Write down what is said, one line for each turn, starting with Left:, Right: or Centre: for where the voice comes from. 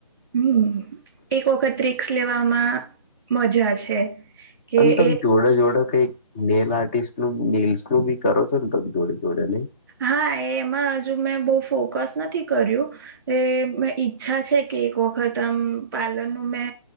Right: હમ એક વખત રિકસ લેવામાં મજા છે. કે
Left: અ તમ
Right: એ
Left: જોડે જોડે કઈ નેલ આર્ટિસ્ટ નું નેલ્સ નું બી કરો છો ને તમે જોડે જોડે નહી.
Right: હા એમાં હજુ મેં બહુ ફોકસ નથી કર્યું. એ ઈચ્છા છે કે એક વખત આમ પાર્લર નું મે